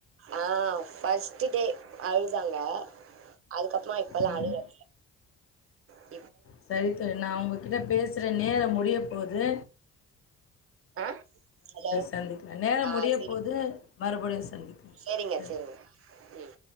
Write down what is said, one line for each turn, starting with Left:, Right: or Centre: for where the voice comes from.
Right: ஆ ஃபர்ஸ்ட் டே அழுதாங்க அதுக்கப்றமா இப் ப்பலா
Left: ம்,
Right: அழுவுறது இல்ல
Left: செரி தோழி நா ஒங்ககிட்ட பேசுறே நேரோ முடிய போது
Right: ஆ ஹலோ
Left: சந்திக்கலாம் நேரம்
Right: ஆ
Left: முடிய
Right: சேரிங்
Left: போது மறுபடியும் சந்திக்கலாம்
Right: சேரிங்க
Left: சரி
Right: சேரிங்க ம்